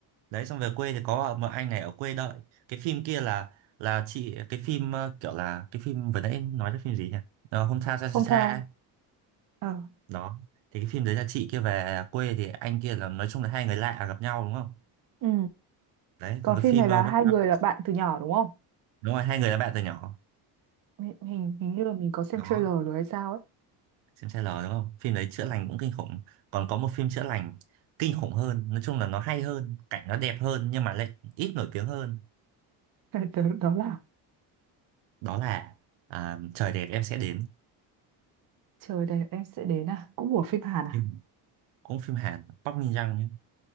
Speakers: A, on the right (about 85°); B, on the right (about 50°).
A: đấy xong về quê thì có một anh này ở quê đợi cái phim kia là là chị cái phim ờ, kiểu là cái phim vừa nãy nói đến phim gì nhỉ Ờ, hôm sao xa xa
B: Hometown
A: xa ấy.
B: ờ
A: đó thì cái phim đấy là chị kia về quê thì anh kia là nói chung là hai người lạ gặp nhau đúng không
B: ừ.
A: đấy
B: còn
A: còn cái
B: phim
A: phim
B: này là
A: ờ, Welcome-
B: hai người là bạn từ nhỏ đúng không
A: đúng rồi hai người là bạn từ nhỏ
B: mình, hình hình như là mình có xem
A: đó
B: trailer rồi hay sao ấy
A: xem trailer đúng không phim đấy chữa lành cũng kinh khủng còn có một phim chữa lành kinh khủng hơn nói chung là nó hay hơn cảnh nó đẹp hơn nhưng mà lại ít nổi tiếng hơn
B: <laughs> đó, đó là
A: đó là à, trời đẹp em sẽ đến
B: trời đẹp em sẽ đến à cũng của phim Hàn à
A: phim cũng phim Hàn Park Min Young nhé